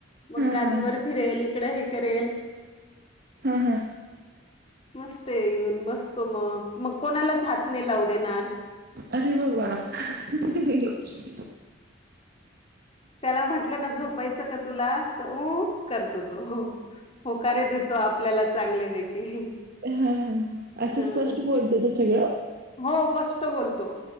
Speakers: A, on the left; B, on the right.
A: मग, गादीवर
B: हां, हां.
A: फिरेल. इकडं हे करेल.
B: हा... -हा...
A: मस्त येऊन बसतो. मग मग कोणालाच हातने लावू देणार.
B: अरे... बाबा <inaudible>
A: त्याला, म्हंटलं ना झोपायचं का तुला? तर, ऊ करतो तो. हो होकारे देतो. आपल्याला चांगल्यापैकी.
B: हा... हा... असं
A: हं.
B: स्पष्ट बोलत त सगळं.
A: हो... पस् बोलतो......